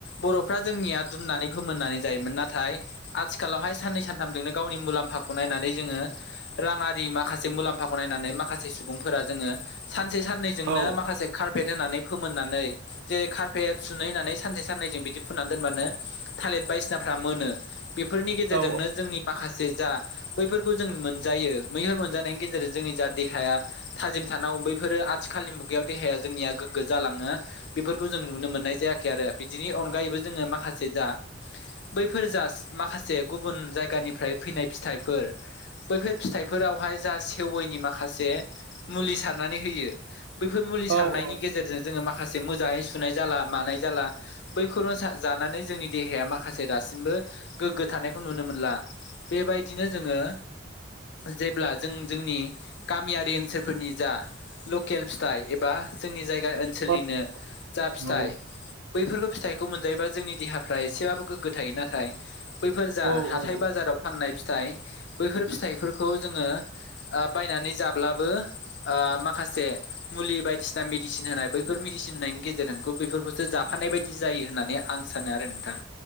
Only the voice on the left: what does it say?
बर'फ्रा जोंनिया दुमनानै फोमोननानै जायोमोन नाथाय आथिखालावहाय साननै सानथामजोंनो गावनि मुलाम्फाखौ नायनानै जोङो राङारि माखासे मुलाम्फाखौ नायनानै माखासे सुबुंफोरा जोङो सानसे साननैजोंनो
माखासे कारपेट होनानै फोमोननानै जेरै कारफेट सुनै होननानै सानसे साननैजों बिदि फुननानै दोनबानो थालिर बायसिनाफ्रा मोनो बेफोरनि गेजेरजोंनो
जोंनि माखासे जा बैफोरखौ जों मोनजायो मैहुर मोनजानायनि गेजेरजों जोंनि जा देहाया थाजिम थानांगौ बैफोरो आथिखालनि मुगायाव देहाया जोंनिया गोग्गो जालाङो बेफोरखौ जों नुनो मोननाय जायाखै आरो बिदिनि अनगायैबो जोङो माखासे जा बैफोर जा माखासे गुबुन जायगानिफ्राय फैनाय फिथाइफोर बैफोर फिथाइफोरावहाय जा सेवैनि माखासे मुलि सारनानै होयो बेैफोर मुलि सारनायनि
गेजेर जोङो माखासे मोजाङै सुनाय जाला मानाय जाला बै खनो जानानै जोंनि देहाया माखासे दासिमबो गोग्गो थानायखौ नुनो मोनला बेबायदिनो जोङो जेब्ला जों जोंनि गामियारि ओनसोलफोरनि जा लकेल फिथाइ एबा जोंनि जायगा ओनसोलनिनो
जा फिथाइ
बैफोरबो फिथाइखौ मोनजायोबा जोंनि देहा फ्राय इसेबाबो गोग्गो थायो नाथाय बैफोर जा
हाथाय
बाजाराव फाननाय फिथाइ बैफोर फिथाइफोरखौ जोङो आ बायनानै जाब्लाबो आ माखासे मुलि बायदिसिना मेडिसिन होनाय बैफोर मेडिसिन होनायनि गेजे <unintelligible> बेफोरखौसो जाफानाय बायदि जायो होननानै आं सानो आरो नोंथां